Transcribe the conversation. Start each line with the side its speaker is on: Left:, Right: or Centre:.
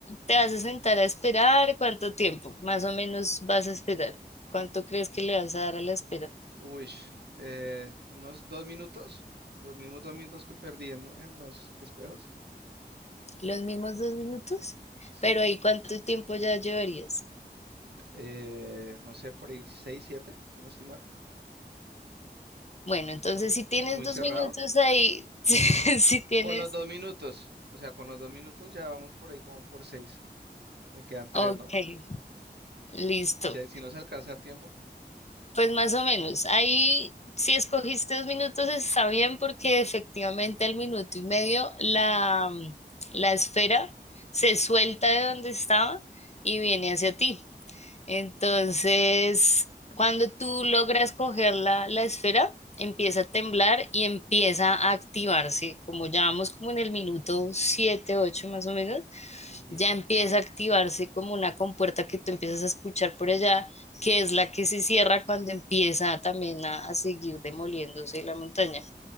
Left: te vas a sentar a esperar cuánto tiempo, más o menos vas a esperar. ¿Cuánto crees que le vas a dar a la espera?
Right: Uy, eh, unos dos minutos, los mismos dos minutos que perdí en, en los espejos.
Left: Los mismos dos minutos,
Right: Sí.
Left: pero ahí cuánto tiempo ya llevarías.
Right: Eh, no sé, por ahí 6 7, si no estoy mal.
Left: Bueno, entonces si tienes
Right: Muy
Left: dos
Right: cerrado.
Left: minutos ahí, <laughs> si tienes,
Right: Con los dos minutos. O sea, con los dos minutos ya vamos por ahí como por 6. Me quedan 3,
Left: ok.
Right: ¿no?
Left: Listo.
Right: Si, si no se alcanza el tiempo.
Left: Pues más o menos. Ahí, si escogiste dos minutos, está bien porque efectivamente al minuto y medio la, la esfera se suelta de donde estaba y viene hacia ti. Entonces, cuando tú logras coger la, la esfera, empieza a temblar y empieza a activarse, como ya vamos como en el minuto 7 8 más o menos
Right: Ujú,
Left: ya empieza a activarse como una compuerta que tú empiezas a escuchar por allá, que es la que se cierra cuando empieza también a, a seguir demoliéndose la montaña.